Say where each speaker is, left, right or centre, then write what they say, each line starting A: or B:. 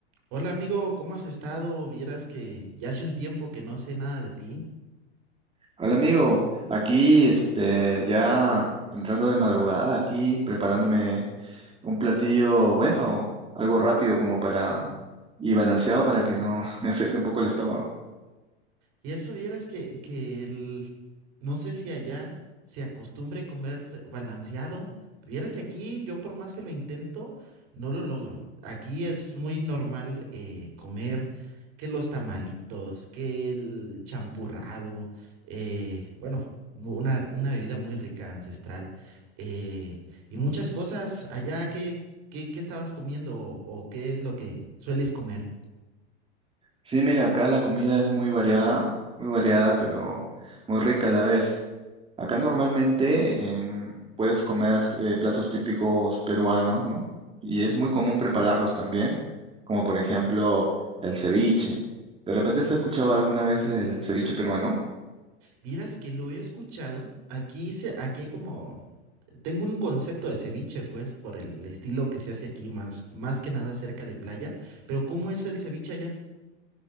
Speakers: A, on the right; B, on the right.
A: Hola amigo, ¿cómo has estado? Vieras que ya hace un tiempo que no sé nada de ti.
B: Hola amigo, aquí este ya entrando de madrugada aquí preparándome un platillo bueno, algo rápido como para y balanceado para que no <laughs> me afecte un poco el estómago.
A: Y eso vieras que, que el, no sé si allá se acostumbre comer balanceado. Vieras que aquí yo por más que lo intento, no lo logro. Aquí es muy normal eh, comer que los tamalitos, que el champurrado, eh, bueno, mu- una, una bebida muy rica, ancestral, eh, y muchas cosas allá qué qué qué estabas comiendo o, o qué es lo que sueles comer.
B: Sí, mira, acá la comida es muy variada, muy variada, pero muy rica a la vez. Acá normalmente em, puedes comer eh, platos típicos peruanos, ¿no? Y es
A: Ah.
B: muy común prepararlos también, como por ejemplo el ceviche. ¿De repente has escuchado alguna vez el ceviche peruano?
A: Vieras que lo he escuchado. Aquí se, aquí hay como, tengo un concepto de ceviche, pues, por el estilo que se hace aquí, más, más que nada cerca de playa. Pero ¿cómo es el ceviche allá?